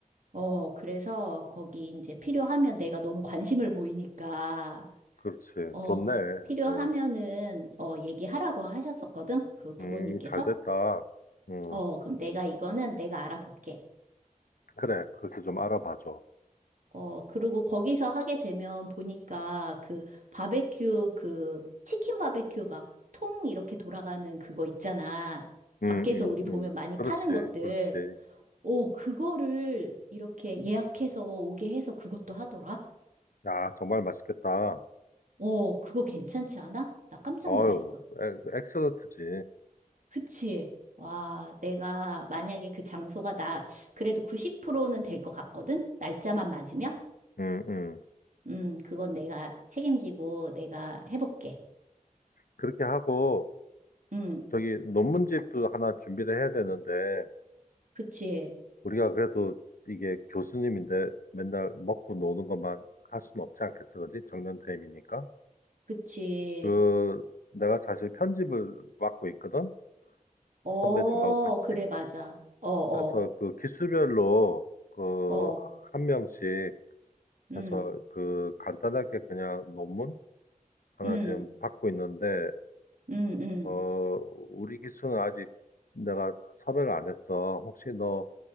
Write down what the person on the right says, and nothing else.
어, 그래서 거기 이제 필요하면 내가 너무 관심을 보이니까,
어,
필요하면은,
어, 얘기하라고 하셨었거든, 그 부모님께서.
어, 그럼 내가 이거는 내가 알아볼게.
어, 그리고 거기서 하게 되면 보니까 그 바베큐, 그 치킨 바베큐 막 통 이렇게 돌아가는 그거 있잖아.
밖에서
우리 보면
많이
파는 것들.
오, 그거를 이렇게 예약해서 오게 해서 그것도 하더라.
어, 그거 괜찮지 않아? 나 깜짝
놀랐어.
그치? 와, 내가 만약에 그 장소가 나 그래도 90%는 될 것 같거든? 날짜만 맞으면?
음, 그건 내가 책임지고 내가 해볼게.
음.
그치,
그치.
어,
그래, 맞아. 어, 어,
어.
음,
음,
음, 음.